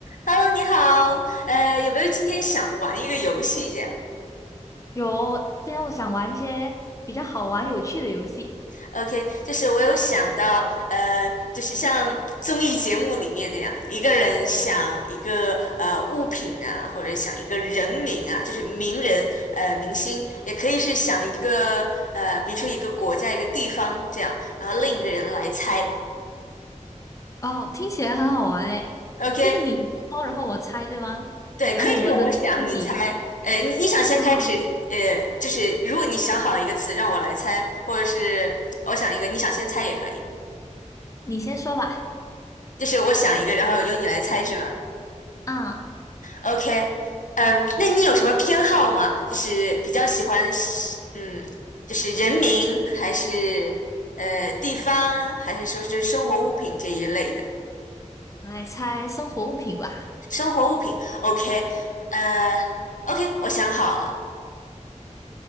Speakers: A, on the left; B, on the left.
A: Hello，你好，呃，有没有今天想玩一个游戏这样
B: 有，今天我想玩一些比较好玩、有趣的游戏。
A: ？OK，就是我有想到，呃，就是像综艺节目里面那样，一个人想一个呃物品啊，或者想一个人名啊，就是名人呃明星，也可以是想一个呃，比如说一个国家一个地方这样，然后另一个人来猜。
B: 哦，听起来很好玩诶，
A: OK，
B: 就是你说，然后我猜，对吗？
A: 对，
B: 然后我们轮流出题，
A: 可以是我想你猜，呃，你你想先开始，
B: 啊。
A: 呃，就是如果你想好一个词让我来猜，或者是我想一个，你想先猜也可以，
B: 你先说吧。
A: 就是我想一个，然后由你来猜是吗
B: 啊，
A: ？OK，嗯，那你有什么偏好吗？就是比较喜欢西嗯，就是人名还是呃地方，还是说就是生活物品这一类的？
B: 我来猜生活物品吧。
A: 生活物品，OK，呃，OK，我想好了。